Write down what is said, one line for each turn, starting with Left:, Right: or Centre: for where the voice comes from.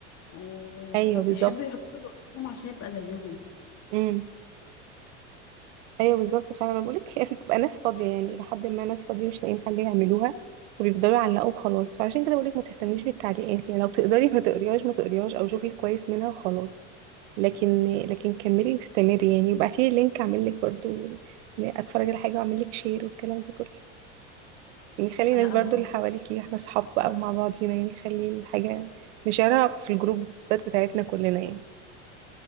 Left: و...
Right: ايوه
Left: فبيحبوا
Right: بالظبط
Left: يحطوا اللي قدامهم عشان يبقى زيهم
Right: امم ايوه بالظبط فعلا انا بقولك هي بتبقى ناس فاضية يعني لحد ما ناس فاضية مش لاقيين حاجة يعملوها وبيفضلوا يعلقوا وخلاص فعشان كده بقولك ما تهتميش بالتعليقات يعني لو تقدري ما تقريهاش ما تقريهاش او شوفي الكويس منها وخلاص لكن لكن كملي واستمري يعني وابعتي لي لينك اعمل لك برضو يعني اتفرج على حاجه واعمل لك شير والكلام ده كله يعني خلي
Left: لا
Right: الناس برضو
Left: انا
Right: اللي
Left: هاخد
Right: حواليكي احنا اصحاب بقى ومع بعضينا يعني خلي الحاجه نشارها في
Left: ده,
Right: الجروبات بتاعتنا كلنا يعني